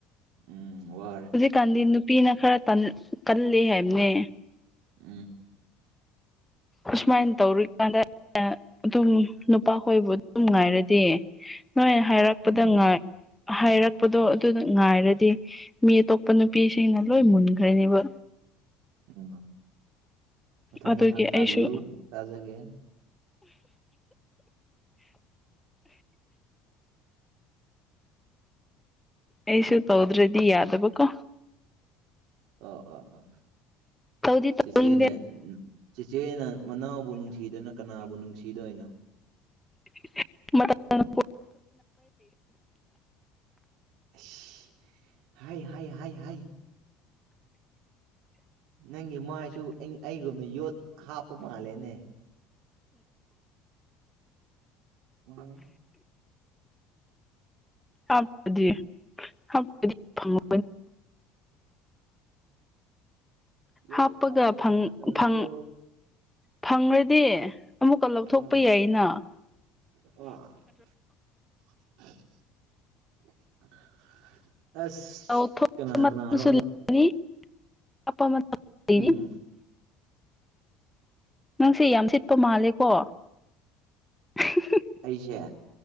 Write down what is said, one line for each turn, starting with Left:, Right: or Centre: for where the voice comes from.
Right: ꯎꯝ ꯋꯥꯔꯦ
Centre: ꯀꯥꯟꯗꯤ ꯅꯨꯄꯤꯅ ꯈꯔ ꯇꯟ ꯀꯜꯂꯤ ꯍꯥꯏꯕꯅꯦ
Right: ꯎꯝ
Centre: ꯑꯁꯨꯃꯥꯏꯅ ꯇꯧꯔꯨꯏꯀꯥꯟꯗ ꯑꯗꯨꯝ ꯅꯨꯄꯥꯍꯣꯏꯕꯨ ꯑꯗꯨꯝ ꯉꯥꯏꯔꯗꯤ ꯅꯣꯏ ꯍꯥꯏꯔꯛꯄꯗ
Right: ꯎꯝ
Centre: ꯉꯥꯏ ꯍꯥꯏꯔꯛꯄꯗꯣ ꯑꯗꯨꯗ ꯉꯥꯏꯔꯗꯤ ꯃꯤ ꯑꯇꯣꯞꯄ ꯅꯨꯄꯤꯁꯤꯡꯅ ꯂꯣꯏ ꯃꯨꯟꯈ꯭ꯔꯅꯦꯕ
Right: ꯎꯝ ꯃꯊꯪ
Centre: ꯑꯗꯨꯒꯤ
Right: ꯃꯊꯪ ꯇꯥꯕꯤꯌꯨ
Centre: ꯑꯩꯁꯨ
Right: ꯇꯥꯖꯒꯦ
Centre: ꯑꯩꯁꯨ ꯇꯧꯗ꯭ꯔꯥꯗꯤ ꯌꯥꯗꯕꯀꯣ꯫
Right: ꯑ ꯑ ꯑ
Centre: ꯇꯧꯗꯤ
Right: ꯆꯦꯆꯦꯅ
Centre: ꯇꯧꯅꯤꯡꯗꯦ
Right: ꯆꯦꯆꯦꯅ ꯃꯅꯥꯎꯕꯨ ꯅꯨꯡꯁꯤꯗꯅ ꯀꯅꯥꯕꯨ ꯅꯨꯡꯁꯤꯗꯣꯏꯅꯣ
Centre: <unintelligible>
Right: ꯑꯁ ꯍꯥꯢ ꯍꯥꯏ ꯍꯥꯏ ꯍꯥꯏ ꯅꯪꯒꯤ ꯃꯥꯏꯁꯨ ꯑꯩꯒꯨꯝꯅ ꯌꯣꯠ ꯍꯥꯞꯄ ꯃꯥꯜꯂꯦꯅꯦ꯫ <unintelligible>
Centre: <unintelligible>
Right: ꯌꯣꯠ
Centre: ꯍꯥꯞꯄꯒ
Right: ꯍꯥꯞꯃꯜꯂꯁꯨ
Centre: ꯐꯪ
Right: ꯐꯠꯇꯕꯅꯤꯀꯣ
Centre: ꯐꯪ ꯐꯪꯔꯗꯤ ꯑꯃꯨꯛꯀ ꯂꯧꯊꯣꯛꯄ
Right: ꯑꯥ
Centre: ꯌꯥꯏꯌꯦꯅ
Right: <unintelligible> ꯑꯁ
Centre: <unintelligible>
Right: ꯀꯅꯥ ꯀꯅꯥꯅꯣ ꯑꯃꯨꯛ
Centre: <unintelligible>
Right: ꯎꯝ
Centre: ꯅꯪꯁꯦ ꯌꯥꯝ ꯁꯤꯠꯄ ꯃꯥꯜꯂꯦꯀꯣ <unintelligible>
Right: ꯑꯩꯁꯦ